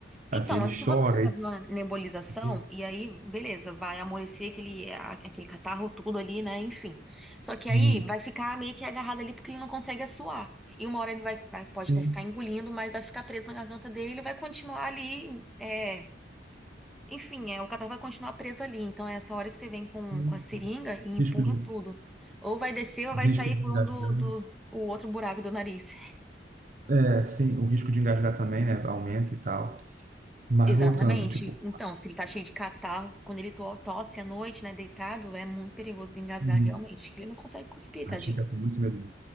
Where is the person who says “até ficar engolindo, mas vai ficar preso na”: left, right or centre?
Centre